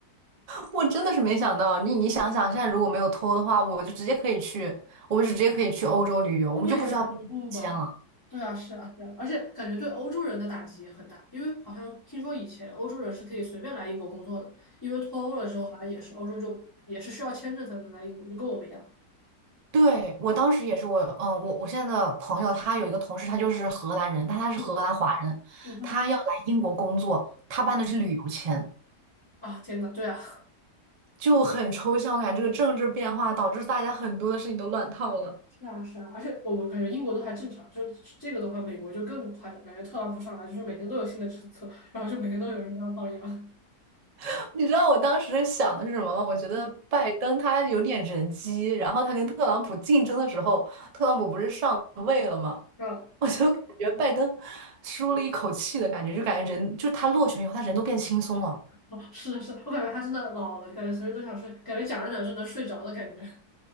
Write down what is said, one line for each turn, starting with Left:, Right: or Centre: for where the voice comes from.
Right: <laughs> 我真的是没想到，你你想想，现在如果没有脱欧的话，我就直接可以去，我们就直接可以去欧洲旅游，
Left: 对呀，
Right: 我们就不需要办签了。
Left: 可不吧？对啊，是啊，是啊，而且感觉对欧洲人的打击也很大，因为好像听说以前欧洲人是可以随便来英国工作的，因为脱欧了之后，好像也是欧洲就也是需要签证才能来英国，就跟我们一样。
Right: 对，我当时也是我，嗯，我我现在的朋友，他有一个同事，他就是荷兰人，但他是荷兰华人，
Left: 嗯嗯哼，
Right: 他要来英国工作，他办的是旅游签，
Left: 嗯啊，天呐，对啊，<laughs>
Right: 就很抽象，我感觉这个政治变化导致大家很多的事情都乱套了。
Left: 是啊是啊，而且我们感觉英国都还正常，就是这个的话，美国就更夸张，感觉特朗普上来就是每天都有新的政策，然后就每天都有人要放羊。
Right: <laughs> 你知道我当时想的是什么吗？我觉得拜登他有点人机，
Left: 嗯
Right: 然后他跟特朗普竞争的时候，特朗普不是上位了吗？
Left: 嗯
Right: <laughs> 我就感觉拜登舒了一口气的感觉，就感觉人，就他落选以后，他人都变轻松了。
Left: <laughs>，哦，是的是的，我感觉他真的老了，感觉随时都想睡，感觉讲着讲着就能睡着的感觉。<laughs>